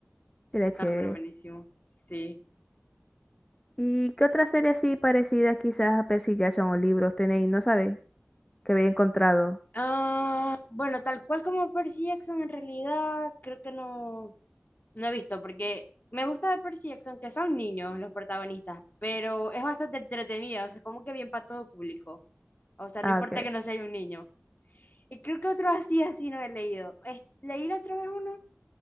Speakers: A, on the left; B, on the left.
A: Era chévere.
B: Ah, pero buenísimo. Sí.
A: ¿Y qué otra serie así parecida quizás a Percy Jackson o libros tenéis? No sabéis que había encontrado.
B: Ah, bueno, tal cual como Percy Jackson, en realidad creo que no, no he visto, porque me gusta de Percy Jackson que son niños los protagonistas, pero es bastante entretenida, o sea, como que bien para todo público. O sea, no
A: Ah,
B: importa
A: ok.
B: que no sea un niño. Y creo que otro así, así no he leído. Es- leí la otra vez uno